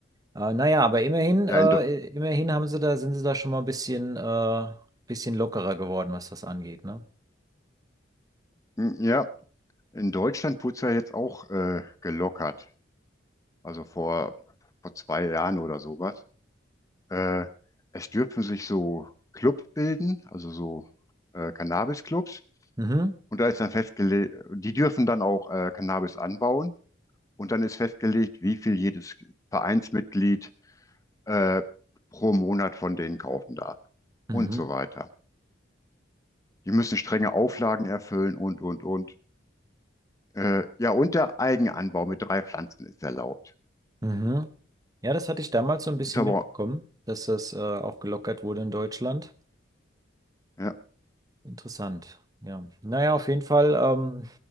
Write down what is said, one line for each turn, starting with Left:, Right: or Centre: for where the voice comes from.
Right: Äh, naja, aber immerhin,
Left: ja,
Right: äh,
Left: in, Do
Right: immerhin haben sie da, sind sie da schon mal ein bisschen, äh, bisschen lockerer geworden, was das angeht, ne?
Left: hm, ja, in Deutschland wurde es ja jetzt auch äh, gelockert, also vor, vor zwei Jahren oder sowas. Äh, es dürfen sich so Club bilden, also so äh, Cannabis-Clubs.
Right: Mhm.
Left: Und da ist dann festgelegt, die dürfen dann auch äh, Cannabis anbauen. Und dann ist festgelegt, wie viel jedes Vereinsmitglied äh, pro Monat von denen kaufen darf.
Right: Mhm.
Left: Und so weiter. Die müssen strenge Auflagen erfüllen und, und, und. Äh, ja, und der Eigenanbau mit drei Pflanzen ist erlaubt.
Right: Mhm. Ja, das hatte ich damals so ein bisschen
Left: Ist aber,
Right: mitbekommen, dass das, äh, auch gelockert wurde in Deutschland.
Left: ja,
Right: Interessant. Ja. Naja, auf jeden Fall, ähm,